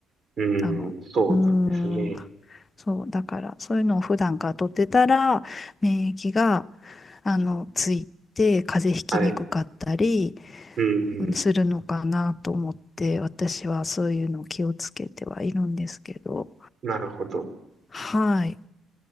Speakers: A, on the right; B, on the left.
A: う
B: 多分。
A: ん。そうなんですね。
B: うーん。そう、だから、そういうのを普段から取ってたら、免疫が、あの、ついて、風邪ひきにくかったり
A: はい。うん。うん
B: うんするのかなと思って、私はそういうのを気をつけてはいるんですけど。
A: なるほど。
B: はい。